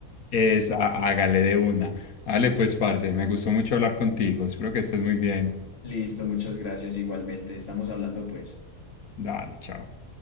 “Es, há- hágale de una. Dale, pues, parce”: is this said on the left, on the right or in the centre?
Left